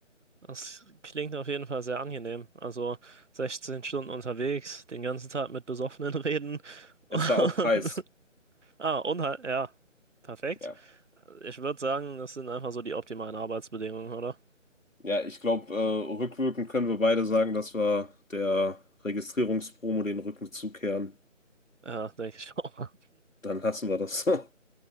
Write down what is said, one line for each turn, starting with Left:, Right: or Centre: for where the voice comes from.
Right: das klingt auf jeden Fall sehr angenehm. Also 16 Stunden unterwegs, den ganzen Tag mit Besoffenen reden. <laughs>
Left: Es
Right: Und,
Left: war auch heiß.
Right: ah, und halt, ja, perfekt.
Left: Ja,
Right: Ich würde sagen, das sind einfach so die optimalen Arbeitsbedingungen, oder?
Left: ja, ich glaube, äh, rückwirkend können wir beide sagen, dass wir der Registrierungspromo den Rücken zukehren.
Right: Ja, denke ich auch.
Left: Dann lassen wir das. <laughs>